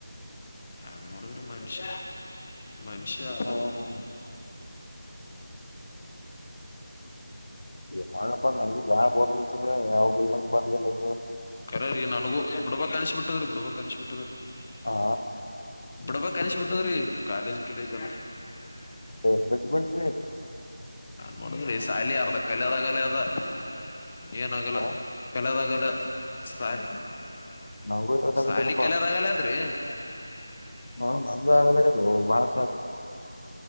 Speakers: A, on the left; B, on the left.
A: ಯಾನ್ ಮಾಡೋದ್ರಿ ಮನುಷ್ಯ. ಮನಷ್ಯಾ.
B: ಹ್ಮ್ ಏನ್ ಮಾಡ್ಲಪ್ಪ ನಂಗು ಬಾಳ ಬೋರ್ ಅನಸ್ಲ ಯಾವಾಗ ಗುಲ್ಬರ್ ಬರ್ಲೆ.
A: ಕರ ರೀ ನನಗೂ ಬಿಡಬಕ್ ಅನೀಶ್ ಬಿಟ್ಟದ್ರೀ ಬಿಡ್ಬಕ್ ಅನಿಶ ಬಿಟ್ಟದ್ರಿ.
B: ಹಾ
A: ಬಿಡಬಕ್ ಅನೀಶ್ ಬಿಟ್ಟದ್ರಿ ಕಾಲೇಜ್ ಪಿಲೇಜ್ ಎಲ್ಲಾ.
B: ಹು ಬಿಟಬಿಡ್ರಿ.
A: ನೋಡದ್ರೀ ಸಾಲಿ ಅರ್ದಾ ಕಲದ ಆಗಲ್ಲಾ ಏನ ಆಗಲ್ಲ
B: ಹಾ
A: ಕಲದ ಆಗಲ್ಲ. ಸಾಲ
B: ನಂಗೂ ಇರೋದಾಗದಪ್ಪಾ
A: ಸಾಲಿ ಕಲದಾಗಲ್ಲ ಅದ್ರಿ.
B: ಹಾ ನಂದು ಆಗಲ್ಲಗದ ಬಾಳಸ.